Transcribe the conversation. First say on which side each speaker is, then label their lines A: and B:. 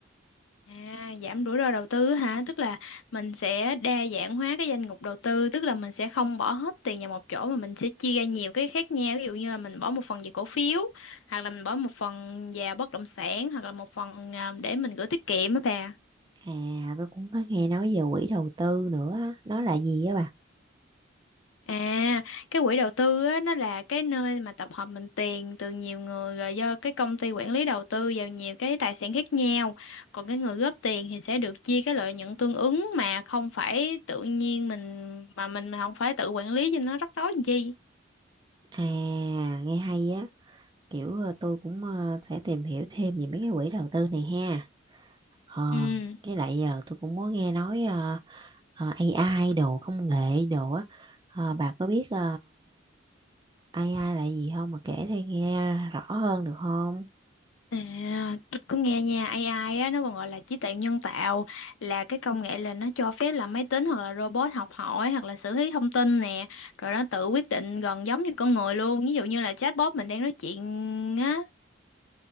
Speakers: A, on the left; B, on the right.
A: À, giảm rủi ro đầu tư hả? Tức là mình sẽ đa dạng hóa cái danh mục đầu tư, tức là mình sẽ không bỏ hết tiền vào một chỗ mà mình sẽ chia ra nhiều cái khác nhau. Ví dụ như là mình bỏ một phần về cổ phiếu, hoặc là mình bỏ một phần vào bất động sản, hoặc là một phần à, để mình gửi tiết kiệm á bà.
B: À, tôi cũng có nghe nói về quỹ đầu tư nữa, á. nó là gì á bà?
A: À, cái quỹ đầu tư á, nó là cái nơi mà tập hợp mình tiền từ nhiều người rồi do cái công ty quản lý đầu tư vào nhiều cái tài sản khác nhau. Còn cái người góp tiền thì sẽ được chia cái lợi nhuận tương ứng mà không phải tự nhiên mình mà mình mà không phải tự quản lý cho nó rắc rối làm chi.
B: À, nghe hay á. kiểu ờ, tôi cũng ờ, sẽ tìm hiểu thêm về mấy cái quỹ đầu tư này ha ờ
A: Ừ.
B: với lại giờ tôi cũng muốn nghe nói ờ, ờ, AI đồ công nghệ đồ á Ờ, bà có biết ờ, AI là gì không mà kể tôi nghe rõ hơn được không
A: À, tôi cứ nghe nha AI á, nó còn gọi là trí tuệ nhân tạo là cái công nghệ là nó cho phép là máy tính hoặc là robot học hỏi hoặc là xử lý thông tin nè rồi nó tự quyết định gần giống như con người luôn ví dụ như là chatbot mình đang nói chuyện á